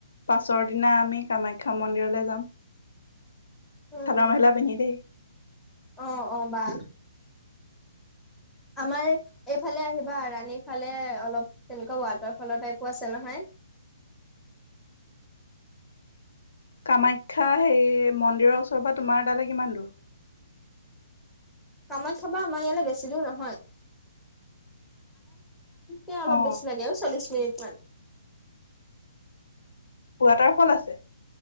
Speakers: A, on the left (about 65°); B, in the centre.
A: পাছৰ দিনা আমি কামাখ্যা মন্দিৰলে যাম।
B: উম
A: চাদৰ মেখেলা পিন্ধি দেই।
B: অ অ বা আমাৰ এইফালে আহিবা ৰাণীৰ ফালে অলপ তেনেকুৱা ৱাটাৰ ফলৰ টাইপো আছে নহয়।
A: <unintelligible> কামাখ্যা সেই মন্দিৰৰ ওচৰৰ পৰা তোমাৰ তালৈ কিমান দূৰ।
B: কামাখ্যা পৰা আমাৰ ইয়ালে বেছি দূৰ নহয়। এয়া অলপ
A: অ'
B: বেছি লাগে আৰু চল্লিছ মিনিট মান
A: ৱাটাৰফল আছে।